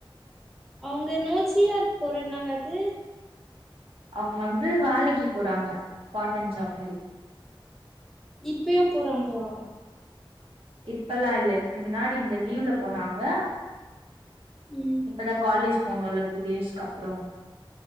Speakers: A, in the centre; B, on the right.
A: அவங்க நோஜியார்க்கு போறன்னாங்க அது
B: அவுங்க வந்து வேலைக்கு போறாங்க பார்ட்டன் ஜாப் மாரி
A: இப்பையு போறாங்களா
B: இப்பல்லா இல்ல இதுக்கு முன்னாடி இந்த லீவ்ல போனாங்க
A: உம்
B: இப்பதா காலேஜ் போனோம்ல டூ டேஸ்க்கு அப்பறோ